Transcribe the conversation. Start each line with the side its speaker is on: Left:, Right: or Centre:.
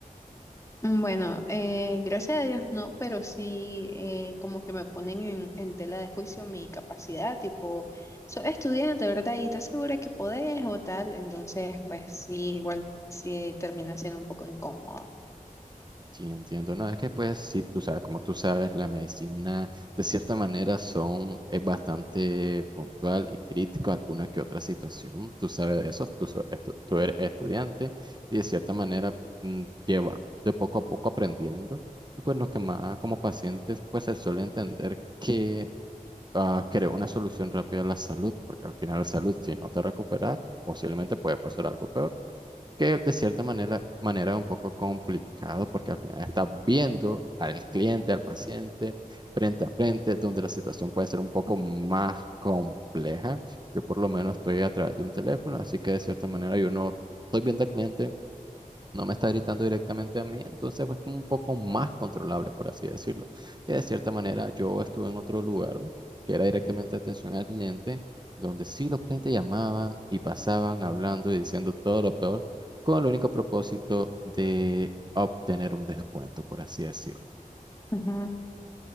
Left: Mm, Bueno, eh, gracias a Dios no, pero sí eh, como que me ponen en, en tela de juicio mi capacidad, tipo, sos estudiante, ¿verdad? Y estás segura que podés o tal, entonces pues sí, igual sí termina siendo un poco incómodo.
Right: Sí, entiendo. No, es que pues sí, tú sabes, como tú sabes, la medicina de cierta manera son, es bastante puntual y crítico a alguna que otra situación. Tú sabes eso, tú, so- estu- tú eres estudiante y de cierta manera mm, lleva de poco a poco aprendiendo. Y pues los que más como pacientes pues se suele entender que ah, crear una solución rápida a la salud, porque al final la salud, si no te recuperas, posiblemente puede pasar algo peor que de cierta manera, manera es un poco complicado porque al final estás viendo al cliente, al paciente, frente a frente, donde la situación puede ser un poco más compleja. Yo por lo menos estoy a través de un teléfono, así que de cierta manera yo no estoy viendo al cliente, no me está gritando directamente a mí, entonces pues como un poco más controlable, por así decirlo. Que de cierta manera yo estuve en otro lugar, que era directamente atención al cliente, donde sí los clientes llamaban y pasaban hablando y diciendo todo lo peor, con el único propósito de obtener un descuento, por así decirlo.
Left: Ujú.